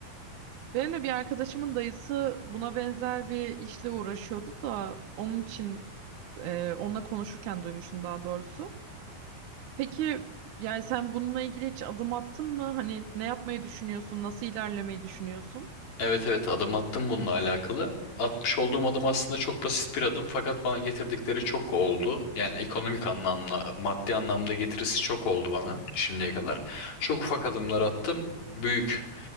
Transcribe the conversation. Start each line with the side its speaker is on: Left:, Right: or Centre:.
Right: Benim de bir arkadaşımın dayısı buna benzer bir işle uğraşıyordu da onun için e, onunla konuşurken duymuştum daha doğrusu. Peki yani sen bununla ilgili hiç adım attın mı? Hani ne yapmayı düşünüyorsun? Nasıl ilerlemeyi düşünüyorsun?
Left: Evet evet adım attım bununla alakalı. Atmış olduğum adım aslında çok basit bir adım fakat bana getirdikleri çok oldu. Yani ekonomik anlamda, maddi anlamda getirisi çok oldu bana şimdiye kadar. Çok ufak adımlar attım, büyük